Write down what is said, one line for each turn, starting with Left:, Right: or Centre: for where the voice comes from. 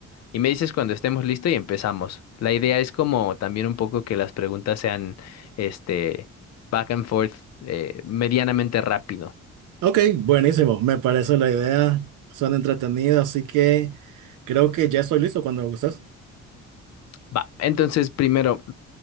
Left: Y me dices cuando estemos listos y empezamos. La idea es como también un poco que las preguntas sean, este, back and forth, eh, medianamente rápido.
Right: Ok, buenísimo, me parece la idea, suena entretenida, así que creo que ya estoy listo cuando gustes.
Left: Va, entonces primero,